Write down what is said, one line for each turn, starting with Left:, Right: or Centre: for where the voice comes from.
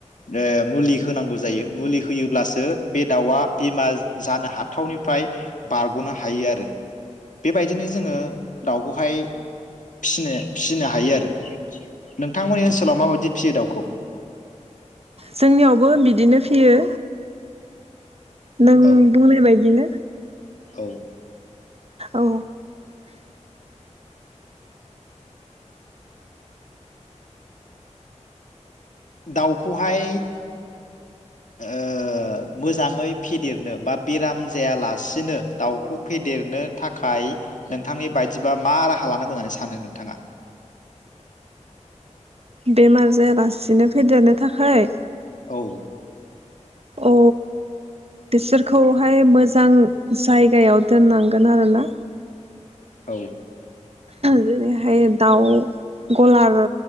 Left: ओ मुलि होनांगौ जायो मुलि होयोब्लासो बे दाउआ बेमार जानो हाथावनिफ्राय बारगनो हायो आरो बेबायदिनो जोङो दाउखौहाय फिनो फिसिनो हायो आरो नोंथांमोननि ओनसोलाव माबायदि फियो दाउखौ?
Right: जोंनियावबो बिदिनो फियो नों
Left: औ
Right: बुंनाय बायदिनो
Left: औ
Right: औ
Left: दाउखौहाय ओ मोजाङै फेदेरनो बा बेराम जायालासिनो दाउखौ फेदेरनो थाखाय नोंथांनि बायदिबा मा राहा लानांगौ होननानै सानो नोंथाङा?
Right: बेमार जायालासिनो फेदेरनो थाखाय
Left: औ।
Right: अ बिसोरखौहाय मोजां जायगायाव दोननांगोन आरोना।
Left: औ।
Right: जेरैहाय दाउ गलार